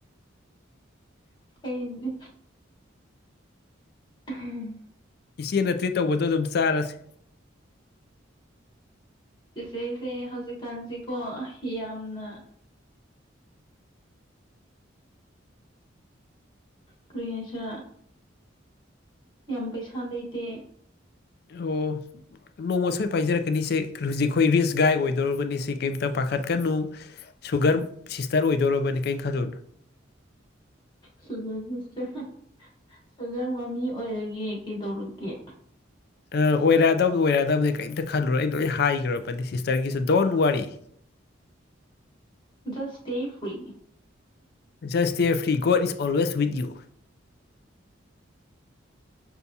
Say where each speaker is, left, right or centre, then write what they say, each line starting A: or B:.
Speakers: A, on the left (about 25°); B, on the left (about 50°).
A: ꯀꯩꯗꯤ ꯎꯝ
B: ꯏꯆꯦ ꯅꯠꯇ꯭ꯔꯤ ꯇꯧꯕꯗꯣ ꯑꯗꯨꯝ ꯆꯥꯔꯁꯤꯦ
A: ꯆꯤꯆꯦꯁꯦ ꯍꯧꯖꯤꯛꯀꯥꯟꯁꯤꯀꯣ ꯌꯥꯝꯅ ꯀ꯭ꯔꯤꯍꯁ ꯌꯥꯝ ꯄꯩꯁꯥ ꯂꯩꯇꯦ
B: ꯑꯣ ꯅꯣꯡꯃ ꯁꯣꯏ ꯄꯥꯏꯖꯔꯛꯀꯅꯤꯁꯦ ꯍꯧꯖꯤꯛ ꯑꯩꯈꯣꯏ ꯔꯤꯁ ꯒꯥꯏꯗ ꯑꯣꯏꯗꯧꯔꯕꯅꯤ ꯁꯤ ꯀꯩꯝꯇ ꯄꯥꯈꯠꯀꯅꯨ ꯁꯨꯒꯔ ꯁꯤꯁꯇꯔ ꯑꯣꯏꯗꯧꯔꯕꯅꯦ ꯀꯩꯅꯣ ꯈꯜꯗꯣꯏꯅꯣ
A: ꯁꯨꯒꯔ ꯁꯤꯁꯇꯔ ꯁꯨꯒꯔ ꯃꯃꯤ ꯑꯣꯏꯔꯒꯦ ꯀꯩꯗꯧꯔꯛꯒꯦ
B: ꯑꯣꯏꯔꯛꯑꯗꯕꯅꯤ ꯑꯣꯏꯔꯛꯗꯕꯅꯤ ꯀꯔꯤꯝꯇ ꯈꯜꯂꯨꯔꯣ ꯑꯩ ꯂꯣꯏ ꯍꯥꯏꯈ꯭ꯔꯕꯅꯤ ꯁꯤꯁꯇꯔꯒꯤꯁꯨ ꯗꯣꯟ ꯋꯥꯔꯤ
A: ꯁ ꯁꯦ ꯐ꯭ꯔꯤ
B: ꯖꯁ ꯑꯦꯦꯔ ꯐ꯭ꯔꯤ ꯣꯠ ꯏꯁ ꯑꯣꯜꯋꯦ ꯋꯠ ꯌꯨ